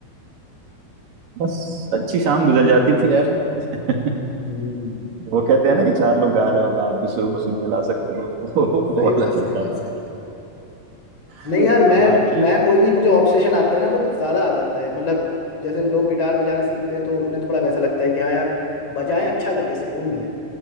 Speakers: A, on the right; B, on the left.
A: बस अच्छी शाम गुजर जाती थी यार <laughs>
B: हम्म
A: वो कहते हैं ना कि चार लोग गा रहे हो तो आप भी सुर मसूर मिला सकते हो <laughs> वो
B: सही
A: वाला
B: बात सही
A: चलता
B: बात
A: था
B: सही बात
A: <laughs>
B: नहीं यार मैं
A: बाकी
B: मैं कोई भी मुझे ऑब्सेशन आता है ना तो कुछ ज्यादा आ जाता है मतलब जैसे लोग गिटार बजाना सीखते हैं तो उन्हें थोड़ा वैसा लगता है कि हाँ यार बजाएं अच्छा लगे सुकून मिले